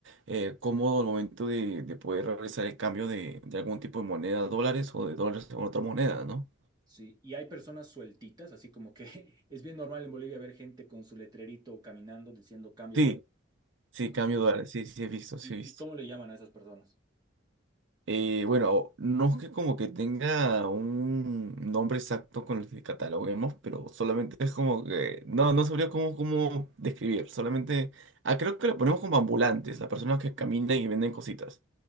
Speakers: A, on the right; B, on the right.
A: eh, cómodo el momento de, de poder realizar el cambio de, de algún tipo de moneda, dólares o de dólares con otra moneda, ¿no?
B: Sí, y hay personas sueltitas, así como que <laughs> es bien normal en Bolivia ver gente con su letrerito caminando diciendo cambio
A: Sí,
B: dólar.
A: sí,
B: ¿Y cómo,
A: cambio de dólares, sí, sí he visto,
B: y,
A: sí he visto.
B: y cómo le llaman a esas personas?
A: Eh, bueno, no es que como que tenga un nombre exacto con el que cataloguemos, pero solamente es como que, no, no sabría cómo, cómo describir, solamente, ah, creo que lo ponemos como ambulantes, las personas que caminan y venden cositas.